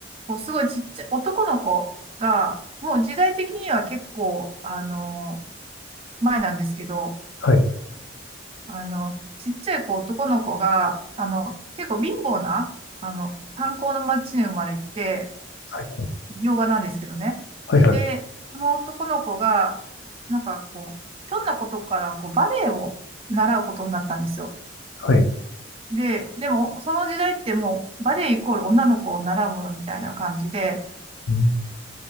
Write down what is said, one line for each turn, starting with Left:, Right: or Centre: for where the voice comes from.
Right: こうすごいちっちゃい男の子が、もう時代的には結構、あの前なんですけど、
Left: はい。
Right: あの、ちっちゃい子、男の子が、あの、結構貧乏な、あの、炭鉱の町に生まれて、
Left: はい。は
Right: 洋画なんですけどね。
Left: い。はい。
Right: で、その男の子が、なんかこう、ひょんなことから、こう、バレエを習うことになったんですよ。
Left: はい。はい。
Right: で、でも、その時代ってもう、バレエイコール女の子を習うものみたいな感じで、
Left: うん